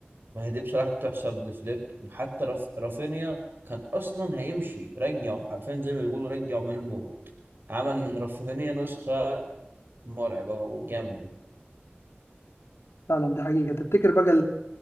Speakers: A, on the right; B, on the left.
A: ما هي دي بصراحة تحسب لفليك حتى رف... رافينيا كان أصلا هيمشي رجعه حرفيا زي ما بيقولوا رجعه من الموت عمل من رافينيا نسخة مرعبة وجامدة
B: فعلا دي حقيقه تفتكر بقى